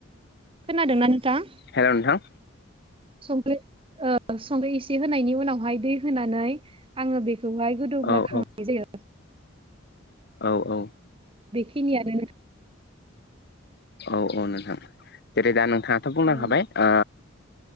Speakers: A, on the right (about 25°); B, on the left (about 50°).
A: खोनादों ना नोंथां?
B: हेलौ नोंथां
A: संख्रि ओ संख्रि इसे होनायनि उनावहाय दै होनानै आङो बेख खौहाय गोदौब्ला
B: औ औ
A: खांनाय जायो
B: औ औ
A: बेखिनिआनो
B: औ औ नोंथां जेरै दा नों नोंथाङाथ बुंलां
A: औ
B: खाबाय आ